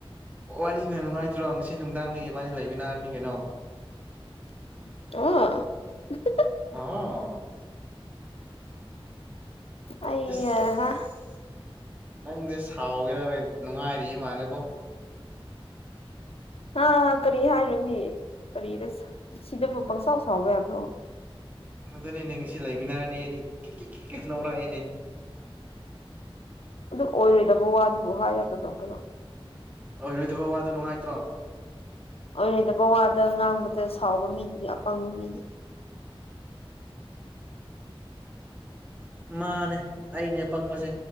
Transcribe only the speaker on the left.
<unintelligible>
ꯑꯩ
ꯍꯥ
ꯍꯥ ꯀꯔꯤ ꯍꯥꯏꯔꯨꯅꯤ ꯀꯔꯤꯗ ꯁꯤꯗꯕꯨ ꯄꯪꯁꯥꯎ ꯁꯥꯎꯕ ꯌꯥꯕ꯭ꯔꯣ
ꯑꯗꯨ ꯑꯣꯏꯔꯣꯏꯗꯕ ꯋꯥꯗꯨꯕꯨ ꯍꯥꯏꯔ ꯀꯩꯗꯧꯗꯣꯢꯅꯣ
ꯑꯣꯏꯔꯣꯢꯗꯕ ꯋꯥꯗ ꯉꯥꯡꯕꯗ ꯁꯥꯎꯕ ꯃꯤꯗꯨꯗꯤ ꯑꯄꯪꯕ ꯃꯤꯅꯤ <inaudible>